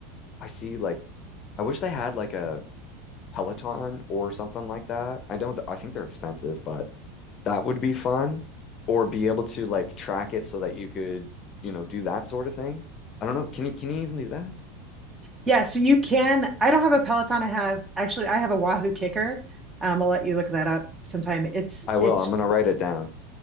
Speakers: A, on the left; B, on the right.
A: I see like, I wish they had like a Peloton or something like that. I don't, I think they're expensive, but that would be fun. Or be able to like track it so that you could, you know, do that sort of thing. I don't know. Can you can you even do that?
B: Yeah, so you can I don't have a Peloton. I have actually I have a Wahoo Kicker. Um I'll let you look that up sometime. It's
A: I will.
B: it's
A: I'm gonna write it down.